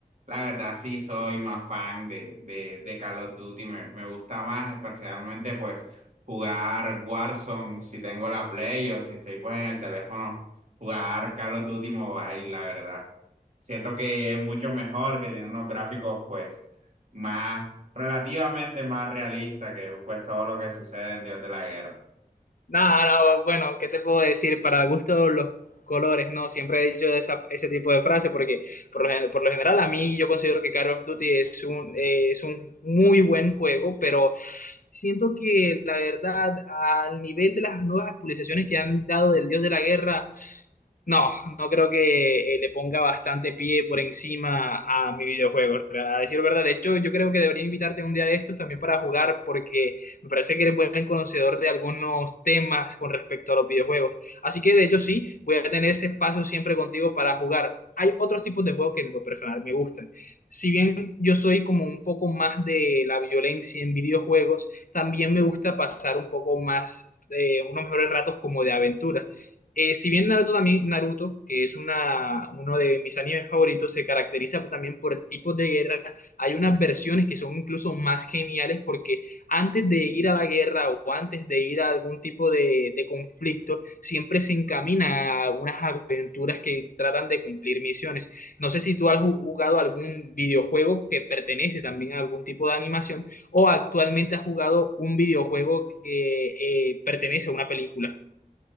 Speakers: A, on the right; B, on the left.
A: la verdad sí soy más fan de, de, de Call of Duty. Me, me gusta más especialmente pues jugar Warzone si tengo la Play o si estoy pues en el teléfono, jugar Call of Duty Mobile, la verdad. Siento que es mucho mejor, que tiene unos gráficos pues más relativamente más realista que pues todo lo que sucede en Dios de la Guerra.
B: Nada, no, bueno, ¿qué te puedo decir? Para gusto los colores, ¿no? Siempre he dicho esa- ese tipo de frase porque por lo, gen- por lo general a mí yo considero que Call of Duty es un, eh, es un muy buen juego, pero siento que la verdad al nivel de las nuevas actualizaciones que han dado del Dios de la Guerra, no, no creo que eh, le ponga bastante pie por encima a mi videojuego. A decir verdad, de hecho yo creo que debería invitarte un día de estos también para jugar porque... Me parece que eres buen conocedor de algunos temas con respecto a los videojuegos. Así que de hecho sí, voy a tener ese espacio siempre contigo para jugar. Hay otros tipos de juegos que en lo personal me gustan. Si bien yo soy como un poco más de la violencia en videojuegos, también me gusta pasar un poco más de unos mejores ratos como de aventura. Eh, si bien Naruto también, Naruto, que es una, uno de mis animes favoritos, se caracteriza también por tipos de guerra. Hay unas versiones que son incluso más geniales porque antes de ir a la guerra o antes de ir a algún tipo de, de conflicto, siempre se encamina a unas aventuras que tratan de cumplir misiones. No sé si tú has jugado algún videojuego que pertenece también a algún tipo de animación o actualmente has jugado un videojuego que eh, pertenece a una película.